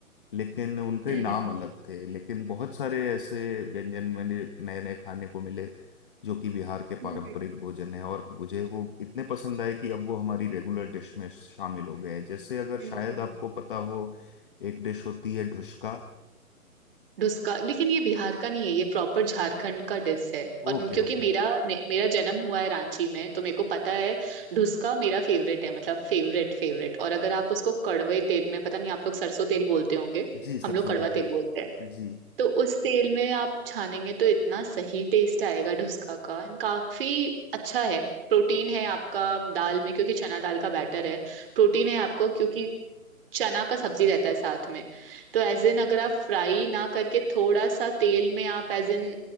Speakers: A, on the left (about 35°); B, on the right (about 40°).
A: लेकिन उनके
B: हम्म
A: नाम अलग थे लेकिन बहुत सारे ऐसे व्यंजन मैंने नए नए खाने को मिले जो कि बिहार के पारंपरिक
B: हम्म
A: भोजन है और मुझे वो इतने पसंद आए कि अब वो हमारी रेगुलर डिश में शामिल हो गए हैं। जैसे अगर
B: हम्म,
A: शायद
B: हम्म,
A: आपको पता हो एक डिश होती है ढुसका
B: डुस्का लेकिन ये बिहार का नहीं है ये प्रॉपर झारखंड का डिश है और
A: Okay
B: क्योंकि
A: okay
B: मेरा ने- मेरा जन्म हुआ है रांची में तो मेरे को पता है डुस्का मेरा फेवरेट है मतलब फेवरेट फेवरेट और अगर आप उसको कड़वे तेल में पता नहीं आप लोग सरसों तेल बोलते होंगे
A: जी सरसों
B: हम लोग कड़वा
A: का तेल
B: तेल बोलते हैं
A: जी
B: तो उस तेल में आप छानेंगे तो इतना सही टेस्ट आएगा डुस्का का एंड काफी अच्छा है प्रोटीन है आपका दाल में क्योंकि चना दाल का बैटर है प्रोटीन है आपको क्योंकि चना का सब्जी रहता है साथ में तो एज इन अगर आप फ्राई ना करके थोड़ा सा तेल में आप एज इन